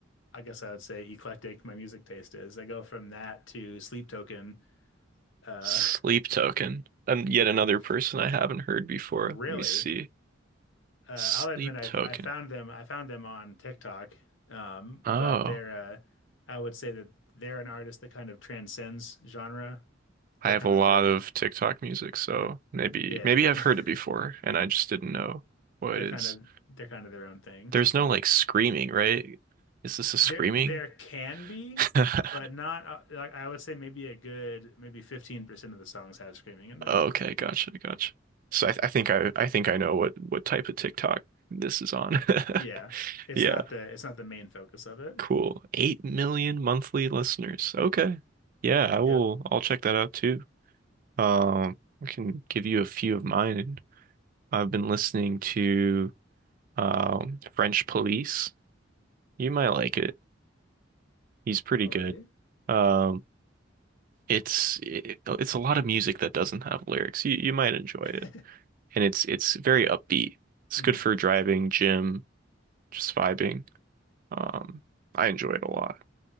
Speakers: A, on the left; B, on the right.
A: I guess I would say eclectic my music taste is, I go from that to Sleep Token. Uh
B: Sleep Token. And yet
A: <laughs>
B: another
A: yeah.
B: person I haven't heard before.
A: Really.
B: Let me see.
A: Uh I'll
B: Sleep
A: admit I've
B: Token.
A: I found them I found them on TikTok. Um,
B: Oh,
A: but they're uh I would say that they're an artist that kind of transcends genre.
B: I
A: They're
B: have
A: kind
B: a lot
A: of their
B: of TikTok music, so maybe
A: Yeah,
B: maybe
A: <laughs>
B: I've heard it before and I just didn't know what
A: they're
B: it is.
A: kind of they're kind of their own thing.
B: There's no like screaming, right? Is this a screaming?
A: There there can be,
B: <laughs>
A: but not uh, like I would say maybe a good maybe 15% of the songs have screaming in them.
B: Okay, gotcha, gotcha. So I, I think I I think I know what what type of TikTok this is on. <laughs>
A: Yeah. It's
B: Yeah,
A: not the it's not the main focus of it.
B: cool. Eight million monthly listeners. Okay. Yeah, I will
A: Yep.
B: I'll check that out too. Um, I can give you a few of mine. I've been listening to um French Police. You might like it. He's pretty
A: Alrighty.
B: good. Um, it's it, it's a lot of music that doesn't have lyrics. You you might enjoy
A: <laughs>
B: it. and it's it's very upbeat. It's
A: hmm
B: good for driving, gym, just vibing. Um, I enjoy it a lot.